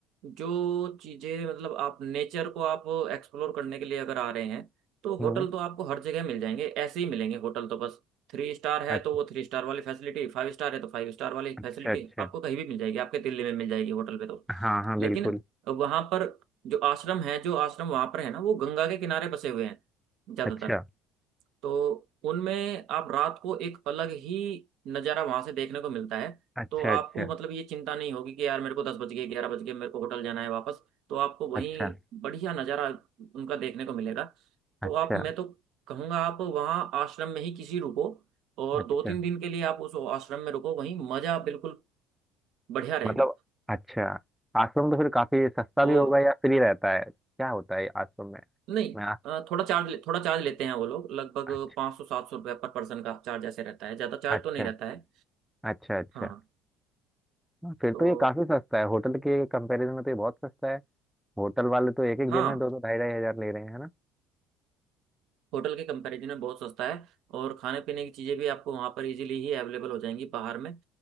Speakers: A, on the right; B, in the centre.
A: जो चीज़ें मतलब आप नेचर को आप एक्सप्लोर करने के लिए अगर आ रहे हैं तो
B: से
A: होटल
B: हम्म
A: तो आपको हर जगह मिल जाएंगे ऐसे ही मिलेंगे होटल तो बस थ्री स्टार है
B: अच्छा
A: तो वो थ्री स्टार वाली फैसिलिटी फाइव स्टार है तो फाइव स्टार वाली
B: अच्छा
A: फैसिलिटी
B: अच्छा
A: आपको कहीं भी मिल जाएगी आपके दिल्ली में मिल जाएगी होटल पे तो
B: हाँ हाँ बिल्कुल
A: लेकिन वहां पर जो आश्रम है जो आश्रम वहां पर है ना वो गंगा के किनारे बसे हुए हैं ज्यादातर
B: अच्छा
A: तो उनमें आप रात को एक अलग ही नज़ारा वहां से देखने को मिलता है
B: अच्छा
A: तो
B: अच्छा
A: आपको मतलब ये चिंता नहीं होगी कि यार मेरे को दस बज गए ग्यारह बज गए मेरे को होटल जाना है वापस तो आपको वहीं
B: अच्छा
A: बढ़िया नज़ारा उनका देखने को मिलेगा तो
B: अच्छा
A: आप मैं तो कहूँगा आप वहाँ आश्रम में ही किसी रुको और
B: अच्छा
A: दो तीन दिन के लिए आप उस आश्रम में रुको वहीं मज़ा बिल्कुल बढ़िया रहेगा
B: मतलब अच्छा आश्रम तो फिर काफी सस्ता
A: और
B: भी होगा या फ्री रहता है क्या होता है आश्रम में
A: नहीं
B: मैं आ,
A: अ, थोड़ा चार्ज थोड़ा चार्ज लेते हैं वो लोग लगभग
B: अच्छा
A: पाँच सौ सात सौ रुपये पर पर्सन का चार्ज ऐसे रहता है ज़्यादा चार्ज
B: अच्छा
A: तो नहीं रहता है
B: अच्छा अच्छा
A: हाँ
B: हाँ, फिर
A: तो
B: तो ये काफी सस्ता है होटल के कंपैरिजन में तो ये बहुत सस्ता है होटल वाले तो एक एक
A: हाँ
B: दिन में दो दो ढाई ढाई हजार ले रहे हैं है ना
A: होटल के कंपैरिजन में बहुत सस्ता है और खाने पीने की चीज़ें भी आपको वहाँ पर इजीली ही अवेलेबल हो जाएंगी बाहर में